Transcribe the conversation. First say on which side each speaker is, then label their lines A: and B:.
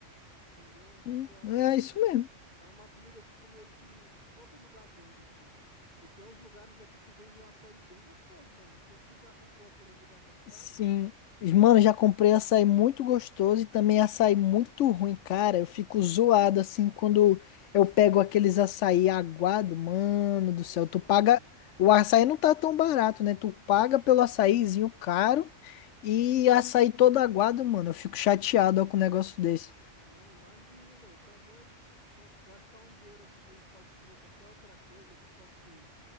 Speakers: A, on the left; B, on the left.
A: entendeu? É tipo
B: Hum,
A: é um
B: É isso mesmo.
A: é uma comida tipo meio que todo lugar vende aqui. E tem uns lugares aqui que vendem um açaí bem gostoso, mano. Não sei se tu já comprou aquele ali da Campos Sales.
B: Sim. Mano, já comprei açaí muito gostoso e também açaí muito ruim, cara. Eu fico zoado assim quando eu pego aqueles açaí aguado, mano
A: Nossa,
B: do céu. Tu paga.
A: mano. é-
B: O açaí não tá tão barato, né? Tu paga pelo açaizinho caro e açaí todo aguado, mano. Eu fico chateado ó, com um negócio desse.
A: Mano, imagino, velho, tá doido. Com- gastar um dinheiro assim que a gente pode comer qualquer outra coisa, tipo assim,